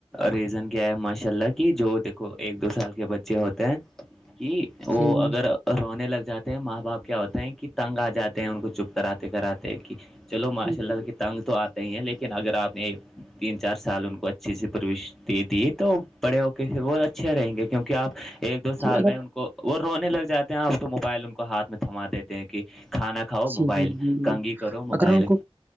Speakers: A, in the centre; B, on the right.
A: ریزن کیا ہے ماشاء اللہ کی جو دیکھو ایک دو سال کے بچے ہوتے ہیں کہ وہ
B: جی، جی،
A: اگر اور رونے لگ جاتے ہیں ماں باپ کیا ہوتے ہیں کہ تنگ آ جاتے ہیں ان کو چپ کراتے کراتے کہ چلو ماشاء اللہ
B: جی، جی،
A: کی تنگ تو آتے ہی ہیں لیکن اگر آپ نے تین چار سال ان کو اچ اچھی سے پروشتی دی تو بڑے ہو کے پھر وہ اچھے رہیں گے کیونکہ آپ ایک دو
B: جی،
A: سال
B: اگر
A: میں کو وہ رونے لگ جاتے ہیں اب تو موبائل ان کو ہاتھ میں تھما دیتے ہیں کہ کھانا کھاؤ
B: جی
A: موبائل
B: جی جی
A: کنگھی
B: جی
A: کرو موبائل
B: اگر ان کو